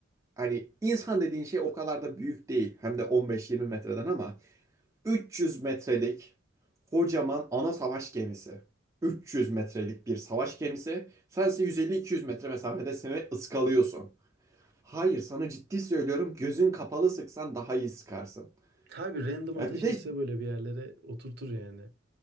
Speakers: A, on the right (about 15°); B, on the right (about 55°).
A: hani insan dediğin şey o kadar da büyük değil. Hem de 15-20 metreden ama 300 metrelik kocaman ana savaş gemisi. 300 metrelik bir savaş gemisi. Sense 150-200 metre mesafedesin ve ıskalıyorsun. Hayır sana ciddi söylüyorum gözün kapalı sıksan daha iyi sıkarsın.
B: Tabii random ateş
A: Ya bir de
B: etse böyle bir yerlere oturtur yani.